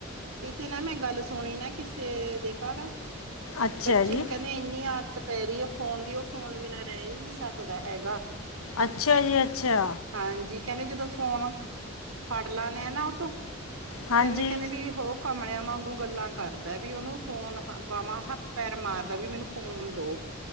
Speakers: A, on the right (about 85°); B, on the left (about 80°).
A: ਕਿੱਥੇ ਨਾ ਮੈਂ ਗੱਲ ਸੁਣੀ ਨਾ ਕਿਸੇ ਦੇ ਘਰ
B: ਅੱਛਾ
A: ਬੱਚੇ
B: ਜੀ
A: ਨੂੰ ਕਹਿੰਦੇ ਇੰਨੀ ਆਦਤ ਪੈ ਰਹੀ ਹੈ ਫੋਨ ਦੀ ਉਹ ਫੋਨ ਬਿਨਾਂ ਰਹਿ ਹੀ ਨਹੀਂੀ ਸਕਦਾ ਹੈਗਾ।
B: ਅੱਛਾ ਜੀ ਅੱਛਾ।
A: ਹਾਂਜੀ ਕਹਿੰਦੇ ਜਦੋਂ ਫੋਨ ਫੜ ਲਾਦੇੇ ਆ ਨਾ ਉਹ ਤੋਂੋਂ
B: ਹਾਂਜੀ
A: ਕਹਿੰਦੇ ਕਹਿੰਦੇ ਵੀ ਮਆ ਵਾਂਗੂ ਗੱਲਾਂ ਕਰਦਾ ਵੀ ਉਹਨੂੰ ਫੋਨ ਵਵਾਂ ਹੱਥ ਪੈਰ ਮਾਰਦਾ ਵੀ ਮੈਨੂੰ ਫੋਨ ਦੋ।